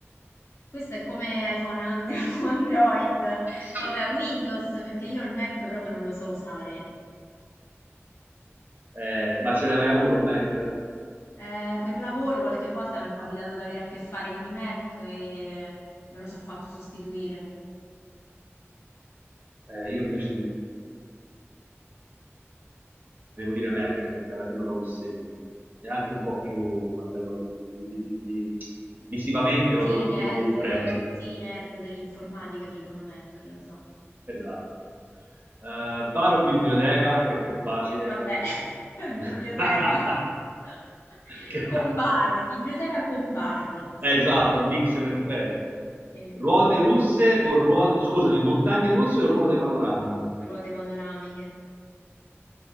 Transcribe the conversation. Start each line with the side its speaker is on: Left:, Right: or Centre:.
Left: Questo è come iPhone o And- <laughs> o Android.
Right: sì.
Left: Vabbè, Windows, perché io il Mac proprio non lo so usare.
Right: Eh, ma ce l'hai mai avuto un Mac?
Left: Eh, per lavoro qualche volta mi è capitato di avere a che fare con i Mac e me lo so fatto sostituire.
Right: Eh, io invece ti devo dire Mac perché alla fine lo trovo più semplice e anche un po' più a livello di, di- di- di- di... visivamente
Left: Tutti
Right: lo trovo
Left: i nerd,
Right: più friendly.
Left: tutti i nerd dell'informatica dicono Mac, lo so.
Right: Esatto. Eh, bar o biblioteca? Questo è facile.
Left: Vabbè, <laughs> biblioteca
Right: <laughs>
Left: <laughs>
Right: Ca-
Left: con bar, biblioteca con bar, possibilmente.
Right: Eh, esatto, un mix perfetto.
Left: Sì,
Right: Ruote russe o ruote, scusami, montagne russe o ruote panoramiche?
Left: ruote panoramiche.